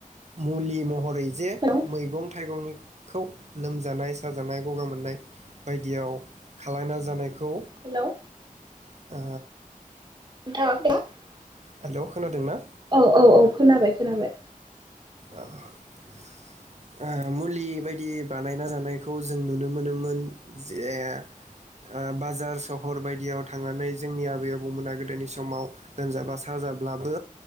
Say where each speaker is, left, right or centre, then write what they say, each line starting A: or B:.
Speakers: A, on the right (about 50°); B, on the right (about 30°).
A: मुलि महरै जे
B: हेलौ
A: मैगं थाइगंनि खौ लोमजानाय साजानाय ग'गा मोननाय बायदियाव खालायना जानायखौ
B: हेलौ
A: आ
B: <unintelligible>
A: हेलौ खोनादों ना?
B: औ औ औ खोनाबाय खोनाबाय
A: ओ मुलि बायदि बानायना जानायखौ जों नुनो मोनोमोन, जे आ बाजार सहर बायदियाव थांनानै जोंनि आबै आबौमोना गोदोनि समाव लोमजाबा साजाब्लाबो